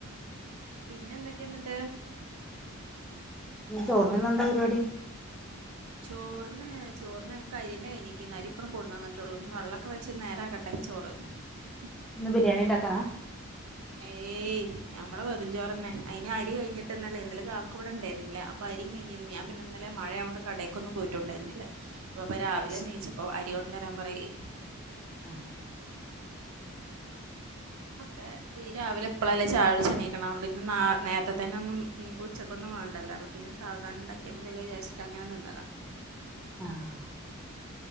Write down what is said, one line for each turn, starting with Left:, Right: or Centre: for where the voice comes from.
Right: പിന്നെ എന്തൊക്കെയ എന്നിട്ട്?
Centre: ഇന്ന് ചോറിന് ഇന്ന് എന്താ പരിപാടി?
Right: ചോറിന് ചോറിനെ ഞങ്ങക്ക് അരിയന്നെ കഴിഞ്ഞക്കണ് അരി ഇപ്പോ അങ്ങട് കൊണ്ട് തന്നിട്ടേയുള്ളൂ, വെള്ളൊക്കെ വെച്ച് നേരായക്കട്ടെ ചോറ്. <unintelligible>
Centre: ഇന്ന് ബിരിയാണി ഇണ്ടാക്കാനാ.
Right: ഏയ്. ഏയ്, ഞമ്മളെ വെറഞ്ചോറെന്നെ അയിന് അരി കഴിഞ്ഞിട്ട് ഇന്നല്ലേ ഇന്നലെ കാക്കു ഇവിടെയുണ്ടായിരുന്നില്ല അപ്പൊ അരി കയിഞ്ഞ് ഞാൻ പിന്നെ ഇന്നലെ മഴയായ കൊണ്ട് കടെക്കൊന്നും പോയിട്ടുണ്ടായിരുന്നില്ല. അപ്പം രാവിലെ
Centre: അത് ശരി
Right: നീച്ചപ്പം അരികൊണ്ടെന്നു തരാൻ പറയി.
Centre: ആഹ്.
Right: ഒക്കെ ഈ രാവിലെ ഇപ്പളല്ലേ ചായകു ടിച്ച് എണീക്കണേ ഇന്ന് നേരത്തെ. തന്നെന്നും ഇനിയിപ്പോ ഉച്ചക്കൊന്നും വേണ്ടല്ലോ അപ്പൊ പിന്നെ സാവധാനം ഉണ്ടാക്കിയാൽ മതില്ലോ വിചാരിച്ചിട്ട് അങ്ങനെ നിന്നതാ.
Centre: ആഹ്.